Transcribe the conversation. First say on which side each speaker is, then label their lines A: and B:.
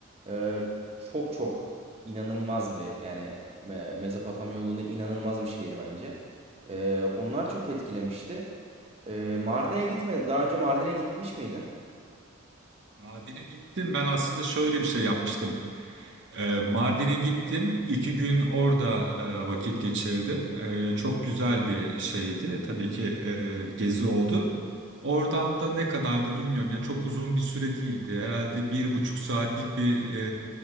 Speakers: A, on the right; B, on the right.
A: Ee, çok çok inanılmaz bir yani Me- Mezopotamya yolunda inanılmaz bir şehir bence. Ee, onlar çok etkilemişti. Ee, Mardin'e gitmedim. Daha önce Mardin'e gitmiş miydin?
B: Mardin'e gittim. Ben aslında şöyle bir şey yapmıştım. Ee, Mardin'e gittim. İki gün orada e, vakit geçirdim. E, çok güzel bir şeydi. Tabii ki e, gezi oldu. Oradan da ne kadardı bilmiyorum. Ya çok uzun bir süre değildi. Herhalde bir buçuk saatlik bir